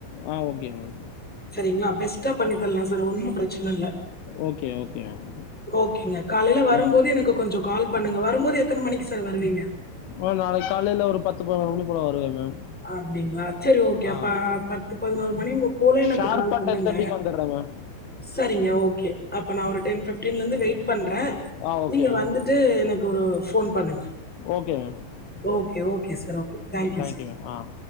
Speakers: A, on the left; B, in the centre.
A: ஆ ஓகே மேம்
B: சரிங்களா பெஸ்டா பண்ணி ல்லா சர் ஒன்னு ப்ரச்சன இல்ல
A: ஓகே ஓகே மேம்
B: ஓகேங்க காலைல வரும்போது
A: ஆ
B: எனக்கு கொஞ்சோ கால் பண்ணுங்க வரும்போது எத்தன மணிக்கு சார் வருவீங்க
A: ஆ நாளைக்கு காலைல ஒரு பத்து பதுணோரு மணி போல வருவ மேம்
B: அப்டிங்ளா சேரி ஓகே
A: ஆ
B: அப்ப பத்து பதினோரு மணி போல எனக்கு
A: ஷார்ப்பா
B: கால் பண்ணுங்க
A: டென் தேர்ட்டிக்கு வந்துடுறேன் மேம்
B: சரிங்க ஓகே அப்ப நா ஒரு டென் பிப்டீன்ல இருந்து வெய்ட் பண்ற
A: ஆ ஓகே
B: நீங்க
A: மேம்
B: வந்துட்டு எனக் ஒரு ஃபோன் பண்ணுங்க
A: okay ma'am
B: okay okay sir okay thank you
A: thank you
B: sir
A: ma'am ah